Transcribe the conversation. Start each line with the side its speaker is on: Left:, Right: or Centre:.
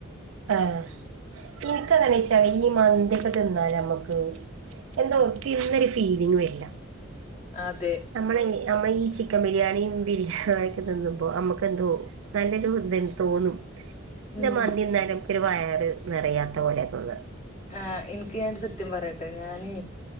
Right: ആഹ് ഇൻക്കങ്ങനെ ഈ മന്തിയൊക്കെ തിന്നാ ഞമക്ക് എന്താ തിന്നൊരു ഫീലിംഗ് വര്ല്ല.
Left: ആത്
Right: നമ്മളെ നമ്മള് ഈ ചിക് ക്കൻ ബിരിയാണിയും ബിരിയാണിയെക്കെ നിന്നുമ്പോ നമുക്കു എന്തോ നല്ലൊരു ഇത് തോന്നും. ൻ്റെ
Left: ഉം
Right: മന്തി തിന്നാല് നമുക്കൊരു വയറ് നിറയാത്ത പോലെ തോന്ന.
Left: ആഹ് ഇൻക്ക് ഞാൻ ഒരു സത്യം പറയട്ടെ ഞാന്